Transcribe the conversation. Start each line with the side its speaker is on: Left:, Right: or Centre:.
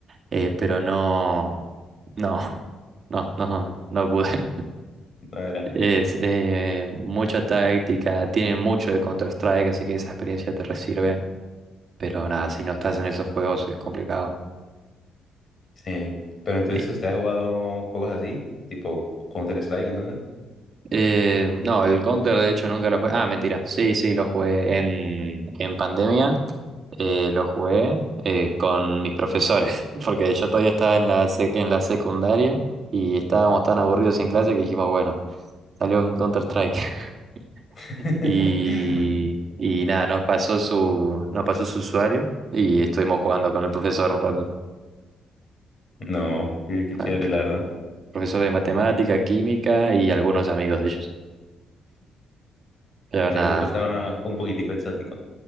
Right: eh, pero no, no, <laughs> no, no, no pude.
Left: No era.
Right: Es eh, mucha táctica, tiene mucho de Counter-Strike, así que esa experiencia te resirve. Pero nada, si no estás en esos juegos es complicado.
Left: Sí. Pero entonces,
Right: Y-
Left: ¿usted ha jugado juegos así? Tipo Counter-Strike, entonces.
Right: eh, no, el Counter de hecho nunca lo jugué. Ah, mentira. Sí, sí, lo jugué en, en pandemia. Eh, lo jugué eh, con mis profesores, <laughs> porque yo todavía estaba en la, sec- en la secundaria y estábamos tan aburridos en clase que dijimos, bueno, salió un Counter-Strike. <laughs>
Left: <laughs>
Right: Y, y nada, nos pasó su, nos pasó su usuario y estuvimos jugando con el profesor un rato.
Left: No, qué, qué
Right: Con
Left: chévere,
Right: el pr-
Left: la verdad.
Right: profesor de matemática, química y algunos amigos de ellos. Pero
Left: Ese
Right: nada.
Left: grupo estaba un poquitico exótico.